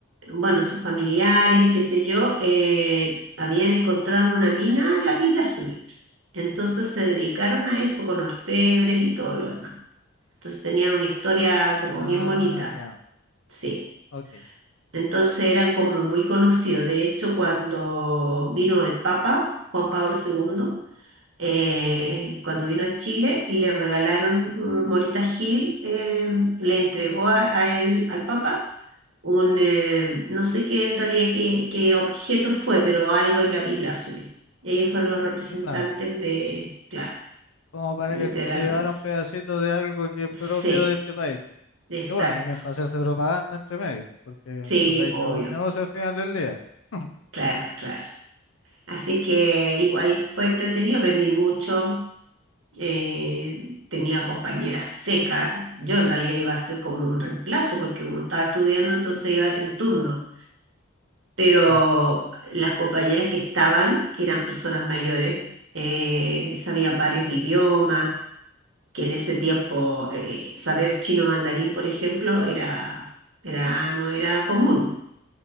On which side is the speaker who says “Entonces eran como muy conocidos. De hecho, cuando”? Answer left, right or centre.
Right